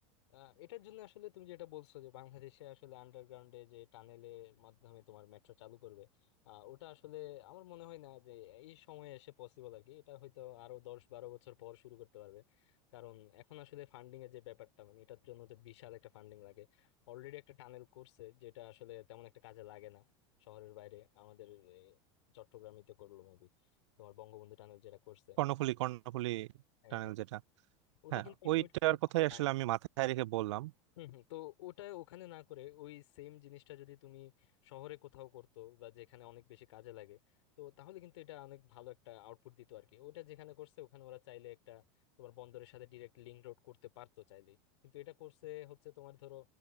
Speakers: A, on the left; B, on the right.
A: আহ, এটার জন্য আসলে তুমি যেটা বলছো যে বাংলাদেশে আসলে আন্ডারগ্রাউন্ডে যে টানেলের মাধ্যমে তোমার মেট্রো চালু করবে আহ, ওটা আসলে আমার মনে হয় না যে এই সময়ে এসে পসিবল আর কি এটা হয়তো আরো দশ বারো বছর পর শুরু করতে পারবে কারণ এখন আসলে ফান্ডিং এর যে ব্যাপারটা মানে এটার জন্য তো বিশাল একটা ফান্ডিং লাগে অলরেডি একটা টানেল করছে যেটা আসলে তেমন একটা কাজে লাগে না শহরের বাইরে আমাদের এ, চট্টগ্রামই তো করলো মেবি তোমার বঙ্গবন্ধু টানেল যেটা করছে
B: কর্ণফুলী কর্ণফুলী
A: হ্যাঁ
B: টানেল
A: হ্যাঁ
B: যেটা
A: ওটা
B: হ্যাঁ
A: কিন্তু
B: ওইটার কথাই
A: ultimately
B: আসলে আমি মাথায় রেখে বললাম
A: হুম হুম তো ওটা ওখানে না করে ওই সেম জিনিসটা যদি তুমি শহরে কোথাও করতো বা যেখানে অনেক বেশি কাজে লাগে তো তাহলে কিন্তু এটা অনেক ভালো একটা আউটপুট দিত আর কি ওটা যেখানে করছে ওখানে ওরা চাইলে একটা তোমার বন্দরের সাথে ডিরেক্ট লিঙ্ক রোড করতে পারতো চাইলে কিন্তু এটা করছে হচ্ছে তোমার ধরো